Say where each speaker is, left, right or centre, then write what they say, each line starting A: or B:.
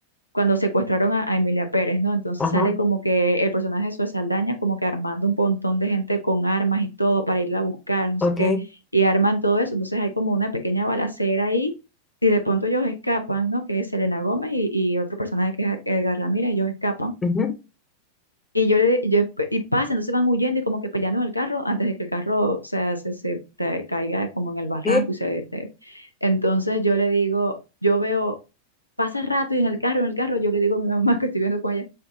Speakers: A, on the left; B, on the left.
A: cuando secuestraron a, a Emilia Pérez, ¿no? Entonces
B: Ajá,
A: sale como que el personaje de Zoe Saldaña, como que armando un montón de gente con armas y todo para irla a buscar, no
B: ok.
A: sé qué, y arman todo eso. Entonces hay como una pequeña balacera ahí. Y de pronto ellos escapan, ¿no? Que es Selena Gómez y, y otro personaje que es Edgar Ramírez, ellos escapan.
B: Ujú.
A: Y yo le, y yo, y pasa, entonces van huyendo y como que peleando en el carro antes de que el carro, o sea, se, se te caiga como en el barranco
B: ¿Qué?
A: y se... te- Entonces yo le digo, yo veo, pasa rato y en el carro, en el carro, yo le digo a mi mamá <laughs> que estoy viendo con ella,